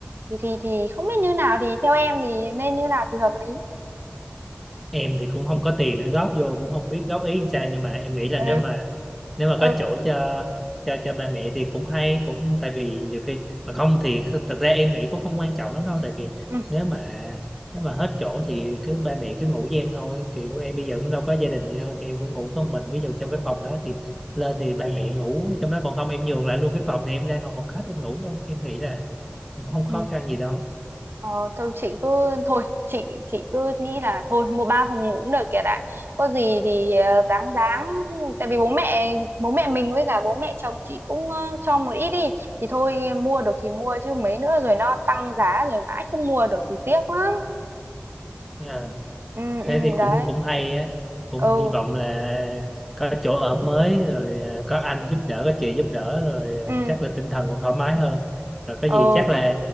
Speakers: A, on the right; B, in the centre.
A: thì thì thì không biết như nào thì theo em thì nên như nào thì hợp lý
B: em thì cũng không có tiền để góp vô cũng không biết góp ý làm sao nhưng mà em nghĩ là
A: ừ
B: nếu mà nếu mà
A: ừ
B: có chỗ cho cho cho ba mẹ thì cũng hay cũng tại vì nhiều khi mà không thì kh- thật ra em nghĩ cũng không quan trọng lắm đâu tại vì
A: ừ
B: nếu mà nếu mà hết chỗ thì cứ ba mẹ cứ ngủ với em thôi kiểu em bây giờ cũng đâu có gia đình gì đâu thì em cũng ngủ con mình ví dụ trong cái phòng đó thì lên thì ba mẹ ngủ trong đó còn không em nhường lại luôn cái phòng thì em ra ngồi phòng khách em ngủ thôi em nghĩ là cũng không khó
A: ừ
B: khăn gì đâu
A: Ờ, thôi chị cứ thôi chị chị cứ nghĩ là thôi mua ba phòng ngủ cũng được kìa đã có gì thì ờ, ráng ráng tại vì bố mẹ bố mẹ mình với cả bố mẹ chồng chị cũng ờ, cho một ít đi thì thôi mua được thì mua chứ mấy nữa rồi nó tăng giá rồi mãi không mua được thì tiếc lắm
B: Dạ.
A: ừ ừ
B: thế thì cũng
A: đấy
B: cũng hay á cũng
A: ừ
B: hy vọng là có chỗ ở mới rồi à, có anh giúp đỡ có chị giúp đỡ rồi à,
A: ừ
B: chắc là tinh thần cũng thoải mái hơn rồi có gì
A: ừ
B: chắc là